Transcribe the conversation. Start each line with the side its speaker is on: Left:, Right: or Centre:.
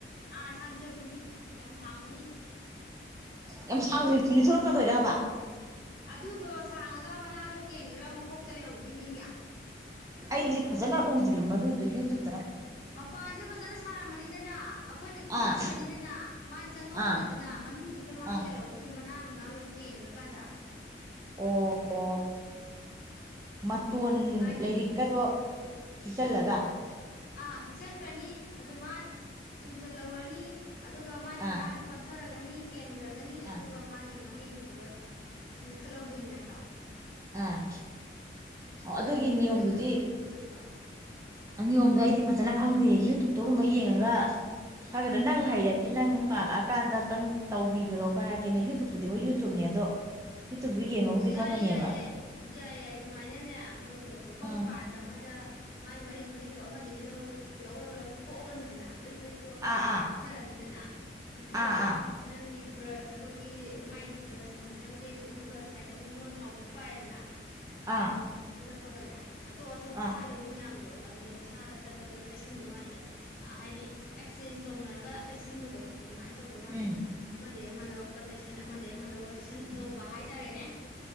Left: ꯑꯥ ꯁꯥꯡꯖꯕꯅꯤ ꯌꯥꯝ ꯁꯥꯡꯕꯅꯤ
Right: ꯌꯥꯝ ꯁꯥꯡꯅ ꯂꯤ ꯂꯤꯊꯣꯔꯛꯀꯗꯣꯏꯔꯕ
Left: ꯑꯗꯨꯗꯣ ꯁꯥꯡꯉꯒ ꯃꯅꯥꯗꯣ ꯀꯦꯟꯈ꯭ꯔꯒ ꯃꯈꯣꯛꯇꯣ ꯂꯩꯍꯧꯗꯣꯏꯅꯤ ꯃꯤ
Right: ꯑꯩꯁꯦ ꯐꯖꯅ ꯎꯗ꯭ꯔꯤ ꯃꯗꯨꯗꯨ ꯌꯨꯇꯨꯞ
Left: ꯃꯄꯥꯟꯁꯦ ꯐꯖꯅ ꯁꯥꯔꯝꯃꯅꯤꯗꯅ ꯑꯩꯈꯣꯏꯅ ꯈꯤꯛꯆꯪꯈ꯭ꯔꯅꯤꯗꯅ
Right: ꯑꯥ
Left: ꯃꯥꯏ ꯆꯪꯍꯧꯔꯅꯤꯗꯅ
Right: ꯑꯥ
Left: ꯃꯅꯨꯡꯗꯨꯗ ꯃꯍꯩ
Right: ꯑꯥ
Left: ꯌꯥꯜꯍꯧꯗꯣꯏꯅꯦ ꯃꯅꯥ ꯅꯨꯡ ꯥ ꯂꯣꯏ ꯀꯦꯟꯒ꯭ꯔꯀꯥꯟꯗ
Right: ꯑꯣ ꯑꯣ ꯃ ꯇꯣꯟ
Left: ꯍꯥꯏꯗꯤ
Right: ꯂꯩꯔꯤꯛꯀꯗꯣ ꯍꯤꯆꯜꯂꯒ
Left: ꯑꯥ ꯈꯤꯛꯆꯪꯈ꯭ꯔꯅꯤ ꯑꯗ ꯃꯥꯁ ꯆꯨꯝꯖꯤꯜꯍꯧꯔꯅꯤ ꯑꯗꯨꯒ ꯃꯥꯏ ꯃꯅꯥꯗꯨ
Right: ꯑꯥ
Left: ꯄꯠꯊꯔꯛ <unintelligible> ꯀꯦꯟꯈ꯭ꯔꯒꯅꯤ
Right: ꯑꯥ
Left: ꯑꯗꯨꯒ ꯃꯥꯒꯤ ꯃ ꯍꯩꯗꯨꯗꯨꯗ ꯂꯤꯈꯠꯍꯧꯗꯣꯏꯅꯦ ꯍꯥꯏꯕ
Right: ꯑꯥ ꯑꯣ ꯑꯗꯨꯒꯤ
Left: ꯍꯥꯏꯗꯤ
Right: ꯅꯤꯌꯣꯝꯗꯨꯗꯤ
Left: ꯍꯦꯛꯇ ꯀꯩꯅꯣ ꯇꯧꯗꯧ ꯅꯠꯇꯦꯕ
Right: ꯅꯤꯌꯣꯝꯗꯣ ꯑꯩꯗꯤ ꯐꯖꯅ ꯈꯪꯗꯦ ꯌꯨꯇꯨꯞꯇꯒꯨꯝꯕ ꯌꯦꯡꯉꯒ ꯈꯪꯒꯗ꯭ꯔ ꯅꯪ ꯍꯩꯔꯗꯤ ꯅꯪ ꯄꯥꯜꯂꯛꯑꯀꯥꯟꯗ ꯕꯟ ꯇꯧꯕꯤꯒꯦꯔꯣꯀꯣ ꯈꯣꯏ ꯍꯥꯏꯔꯛꯀꯦꯅꯦ ꯌꯨꯇꯨꯞꯄꯨꯗꯤ ꯍꯣꯏ ꯌꯨꯇꯨꯞꯅꯦ ꯑꯗꯣ ꯌꯨꯇꯨꯞꯇꯣ
Left: ꯌꯥꯏ
Right: ꯌꯦꯡꯉꯕꯨꯗꯤ ꯈꯪꯉꯅꯦꯕ
Left: ꯌꯥꯏ ꯌꯥꯏ ꯌꯥꯏ ꯌꯥꯏ ꯑꯗꯨꯃꯥꯏꯅꯅꯦ ꯃꯣꯏꯗꯣ ꯑꯩꯈꯣꯏꯒꯤ
Right: ꯑꯥ
Left: ꯄꯥꯇ꯭ꯔ ꯑꯃꯗ ꯃꯥꯏ ꯃꯔꯤꯛ ꯃꯔꯤꯛꯇꯣ ꯑꯃꯗꯒꯤ ꯂꯧꯔꯒ ꯂꯧꯔꯒ ꯂꯧꯊꯣꯛꯍꯧꯔꯅꯤꯗꯅ ꯃꯔꯤꯛ ꯃꯔꯤꯛꯇꯣ ꯄꯥꯇ꯭ꯔꯗ
Right: ꯑꯥ
Left: ꯈꯤꯛꯊꯔꯅꯤꯗꯅ ꯈꯤꯛꯊꯔꯒ
Right: ꯑꯥ ꯑꯥ
Left: ꯅꯪꯒꯤ ꯕ꯭ꯔꯁ ꯑꯩꯈꯣꯏꯒꯤ ꯃꯥꯏꯒꯤ ꯕ꯭ꯔꯁꯅꯤ ꯈꯪꯗꯦ ꯀꯩꯅꯣꯝ ꯕ꯭ꯔꯁ ꯍꯥꯏꯇꯥ ꯃꯣꯃꯣ ꯂꯥꯎꯕ ꯑꯃ ꯄꯥꯏꯔꯦꯗꯅ
Right: ꯑꯥ ꯑꯥ
Left: <unintelligible> ꯄꯒꯅꯦ ꯑꯇꯣꯞ ꯑꯇꯣꯞꯄ
Right: ꯑꯥ
Left: ꯁꯥꯠꯂꯤꯕ ꯃꯌꯥꯝꯗꯣ ꯑꯗꯨꯗ ꯃꯁꯥꯗ ꯇ ꯇ ꯇꯇ ꯇꯩꯁꯟꯕꯩ ꯋꯥꯅꯤꯗ ꯍꯥꯏꯗꯤ ꯑꯦꯛꯆꯦꯟꯁ ꯇꯧꯅꯔꯒ ꯇꯩꯁꯟꯕꯗꯣ ꯑꯗꯨꯃꯥꯏ ꯇꯧꯕꯩ ꯋꯥꯅꯤꯗ
Right: ꯎꯝ
Left: ꯑꯃ ꯑ ꯑꯃ ꯂꯧꯔ ꯇꯩꯁꯟ ꯑꯃꯗꯩ ꯑꯃ ꯂꯧꯔ ꯇꯩꯁꯟ ꯇꯧꯕ ꯍꯥꯏꯇꯥꯔꯦꯅꯦ